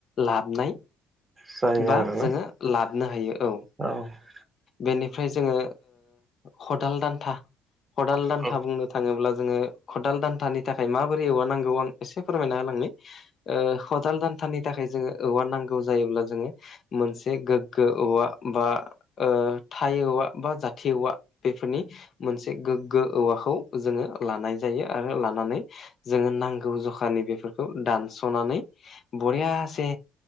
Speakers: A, on the left; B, on the right.
A: लाबनाय
B: जायो
A: बा
B: आरोना
A: जोङो लाबनो हायो औ
B: औ
A: बेनिफ्राय जोङो खदाल दान्था खदाल दान्था
B: औ
A: बुंङो थाङोब्ला जोङो खदाल दान्थानि थाखाय माबोरै एववानांगौ आं एसे फोरमायना होलांनि। खदाल दान्थानि थाखाय जोङो औवार नांगौ जायोब्ला जोङो मोनसे गोग्गो औवा बा ओ थाइ औवा बा जाथि औवा बेफोरनि मोनसे गोग्गो औवाखौ जोङो लानाय जायो आरो लानानै जोङो नांगौ जखानि बेफोरखौ दानस'नानै बरियासे